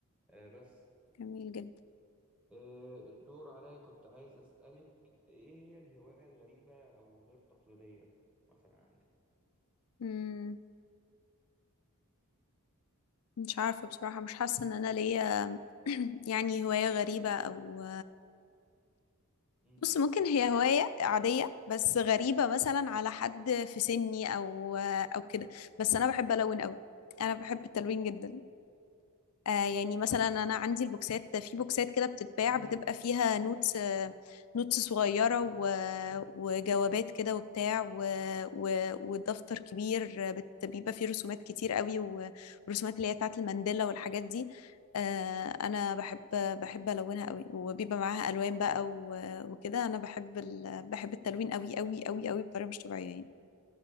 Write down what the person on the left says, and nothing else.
جميل جدا
مم. مش عارفة بصراحة مش حاسة ان انا ليا <clears throat> يعني هواية غريبة او
بص ممكن هي
هواية عادية بس غريبة مثلا على حد في سني او او كده بس انا بحب الون قوي انا بحب التلوين جدا آه يعني
مثلا انا عندي البوكسات في بوكسات كده بتتباع بتبقى فيها نوتس آه نوتس صغيره و- وجوابات كده وبتاع و- و- والدفتر كبير آه، بت- بيبقى فيه رسومات كتير قوي و- والرسومات اللي هي بتاعت المانديلا والحاجات دي آه انا بحب بحب الونها قوي وبيبقى معاها الوان بقى و- وكده انا بحب ال- بحب التلوين قوي قوي قوي قوي بطريقه مش طبيعيه